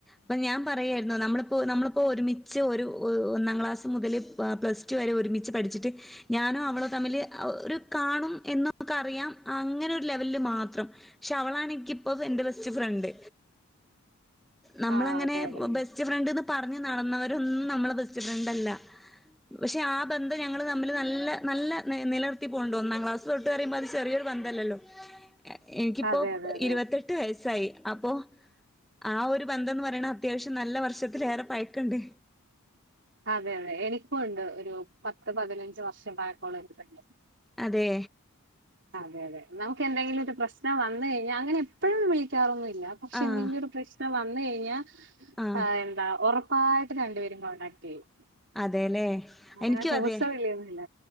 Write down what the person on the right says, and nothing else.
ആഹ് അതെ അതെ
അതെ അതെ അതെ
അതെ അതെ എനിക്കുണ്ട് ഒരു പത്ത് പതിനഞ്ച് വർഷം പായക്കോള ഒരു ഫ്രണ്ട്
അതെ അതെ നമുക്ക് എന്തെങ്കിലും ഒരു പ്രശ്നം വന്ന് കിഞ്ഞാ അങ്ങനെ എപ്പോഴും വിളികാറൊന്നുല്ല ഞൻ പക്ഷെ
എന്തെങ്കിലും ഒരു പ്രശ്നം വന്ന് കഴിഞ്ഞാ
എന്താ ഒറപ്പ് പ്പായിട്ടും രണ്ടുപേരും കോൺടാക്ട് ചെയ്യും
അങ്ങനെ
ദിവസം
ഇല്ലേന്നില്ല